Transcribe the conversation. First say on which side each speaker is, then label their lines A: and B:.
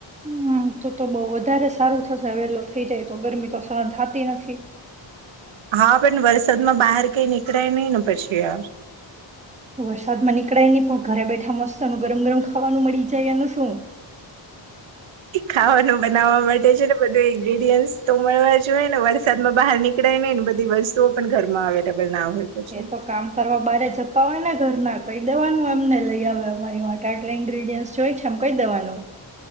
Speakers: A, on the right (about 15°); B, on the right (about 80°).
A: હમ તો તો બહ વધારે સારું થશે હવેલો થઈ જાય તો ગરમી તો સર થતી નથી
B: હા પણ વરસાદમાં બહાર કઈ નીકળાય નહી ને પછી યાર
A: વરસાદ માં નીકળાય નહી પણ ઘરે બેઠા મસ્તનું ગરમ ગરમ ખાવાનું મળી જાય એનું શું?
B: ખાવાનું બનાવવા માટે છે ને બધું ઇ્રીડયન્ટ તો મળવા જોઈએ ને વરસાદમાં બહાર નીકળાયે નને ને બધી વસ્તુઓ પણ ઘરમાં અવેલેબલ ના હોય પછી
A: એ તો કામ કરવા બારે જતા હોય ને ઘરના કઈ દવાનું એમને લઈ આવે અમારી માટે આટલા ઇન્ગ્રીડિયન્ટ જોય છે આમ કઈ દવાનું